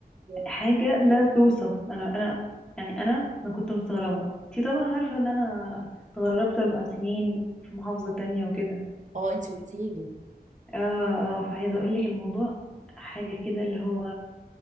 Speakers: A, on the right; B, in the centre.
A: <laughs>
B: حاجه لا توصف انا انا يعني انا انا كنت مستغربه انتي طبعا عارفه ان انا اتغربت اربع سنين في محافظه تانية وكده
A: اه انت قلتي لي
B: اه اه فعايزه اقول لك الموضوع حاجه كده اللي هو